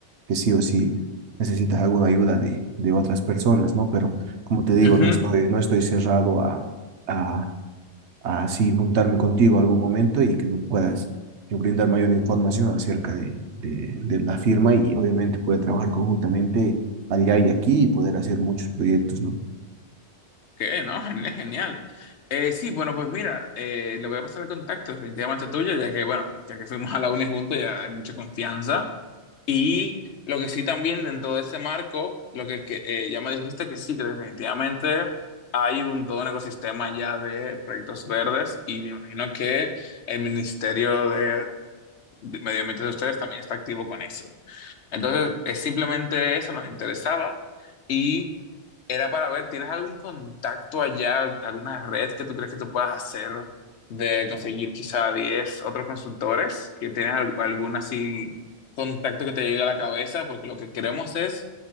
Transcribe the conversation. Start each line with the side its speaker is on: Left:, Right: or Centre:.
Right: que sí o sí necesitas alguna ayuda de, de otras personas, ¿no? Pero como te digo,
Left: ujú.
Right: no estoy, no estoy cerrado a, a así juntarme contigo algún momento y que me puedas eh, brindar mayor información acerca de, de, de la firma y obviamente poder trabajar conjuntamente allá y aquí y poder hacer muchos proyectos, ¿no?
Left: Ok, no, genial, genial. Eh, sí, bueno, pues mira, eh, le voy a pasar el contacto definitivamente tuyo, ya que, bueno, ya que fuimos a la uni juntos, ya hay mucha confianza. Y lo que sí también dentro de ese marco, lo que, que, eh, ya me dijiste que sí, que definitivamente hay un todo un ecosistema ya de proyectos verdes y me imagino que el Ministerio de de Medio Ambiente de ustedes también está activo con eso. Entonces, es simplemente eso nos interesaba y era para ver, ¿tienes algún contacto allá, alguna red que tú crees que tú puedas hacer de conseguir quizá 10 otros consultores? ¿Que tienes al- algún así contacto que te llegue a la cabeza? Porque lo que queremos es,